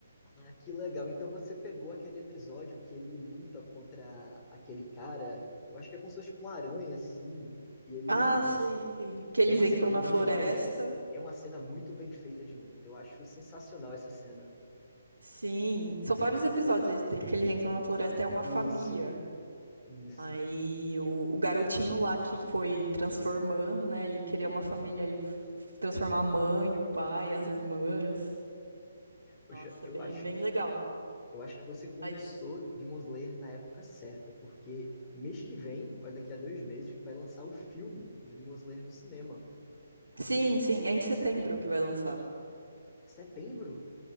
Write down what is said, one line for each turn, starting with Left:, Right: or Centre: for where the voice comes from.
Left: Ah, que legal. Então você pegou aquele episódio que ele luta contra aquele cara, eu acho que é como se fosse com uma aranha, assim, e ele
Right: Ah, sei, sei. Que eles
Left: É uma
Right: entram
Left: cena muito
Right: na floresta.
Left: bem feita. É uma cena muito bem feita de luta. Eu acho sensacional essa cena.
Right: Sim, são vários episódios esse dele, que eles entram na floresta, é uma família.
Left: Isso, isso.
Right: Aí o, o garotinho lá que foi transformando, né? Ele queria uma família, ele f- transformar a mãe, o pai, as irmãs.
Left: Poxa,
Right: Nossa,
Left: eu
Right: bem,
Left: acho,
Right: bem legal.
Left: eu acho que você começou
Right: Mas
Left: Demon Slayer na época certa, porque mês que vem, ou é daqui a dois meses, vai lançar o filme de Demon Slayer no cinema.
Right: sim, sim, é em setembro que vai lançar.
Left: Setembro?